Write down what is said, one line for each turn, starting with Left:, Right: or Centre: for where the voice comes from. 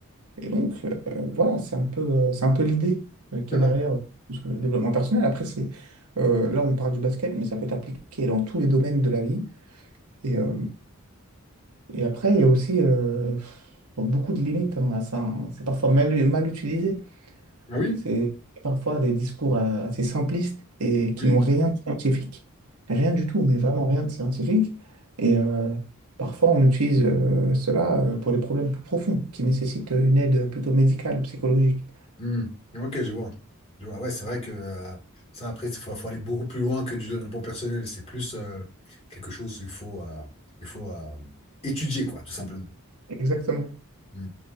Right: Et donc, euh, voilà, c'est un peu, euh, c'est un peu l'idée euh, qu'il
Left: c'est vrai.
Right: y a derrière euh, tout ce développement personnel. Après, c'est, euh, là, on parle du basket, mais ça peut être appliqué dans tous les domaines de la vie. Et, euh, et après, il y a aussi euh, beaucoup de limites hein, à ça. hein. C'est parfois mal, mal utilisé.
Left: Ah oui,
Right: C'est parfois des discours euh, assez simplistes et qui
Left: oui.
Right: n'ont rien de scientifique. Rien du tout, mais vraiment rien de scientifique. Et euh, parfois, on utilise euh, cela euh, pour des problèmes plus profonds qui nécessitent une aide plutôt médicale ou psychologique.
Left: Hmm. Ok, je vois. Je vois. Ouais, c'est vrai que euh, ça, après, il faut, faut aller beaucoup plus loin que du développement personnel. C'est plus euh, quelque chose qu'il faut, euh, il faut euh, étudier, quoi, tout simplement.
Right: Exactement.
Left: Hmm.